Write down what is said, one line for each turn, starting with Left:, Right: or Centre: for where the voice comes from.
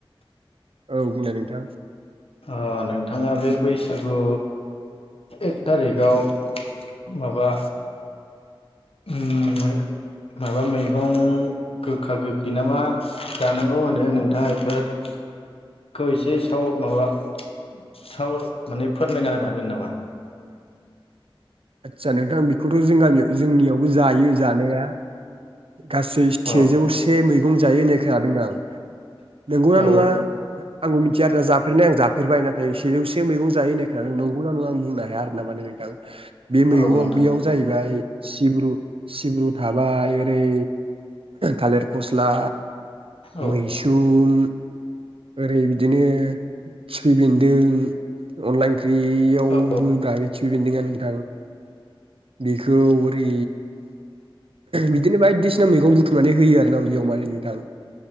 Right: औ बुंलाय नोंथां।
Left: ओ नोंथाङा बे बैसागु एक थारिखआव माबा उम माबा मैगं गोखा गोखै नामा जानांगौ होनो नोंथाङा बेफोरखौ एसे साव माबा साव माने फोरमायना होनो हागोन नामा?
Right: आदसा नोंथां बेखौथ' जों गामियाव जोंनियाव जायो जानाया गासै
Left: नामा
Right: सेजौ से मै जायो होननाय खोनादों आं नंगौ ना
Left: औ
Right: नङा आंबो मिथिया आरो जाफेरनाय आं जाफेरबाय नाथाय सेजौसे मैगं जायो होननाय खोनादों नंगौ ना नङा आं बुंनो हाया आरो ना माने नोंथां। बे मैगङाव
Left: औ नोंथां
Right: बेयाव जाहैबाय सिब्रु सिब्रु थाबाय ओरै थालिर फसला
Left: औ
Right: मै सुम ओरै बिदिनो खिफि बेन्दों अनला ओंख्रियाव
Left: औ
Right: होब्रा खिफि बेन्दों आ नोंथां बेखौ ओरै बिदिनो बायदिसिना मैगं बु बुथुमनानै होयो आरोना उदैयाव माने नोंथां